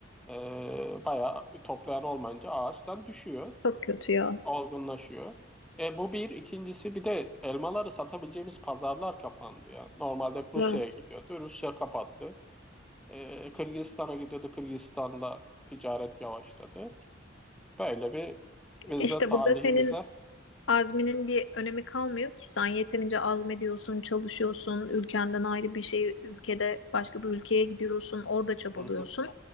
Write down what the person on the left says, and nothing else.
Çok kötü ya.
Evet.
İşte
burada senin Azminin bir önemi kalmıyor ki sen yeterince azmediyorsun, çalışıyorsun, ülkenden ayrı bir şehir, ülkede başka bir ülkeye gidiyorsun, orada çabalıyorsun.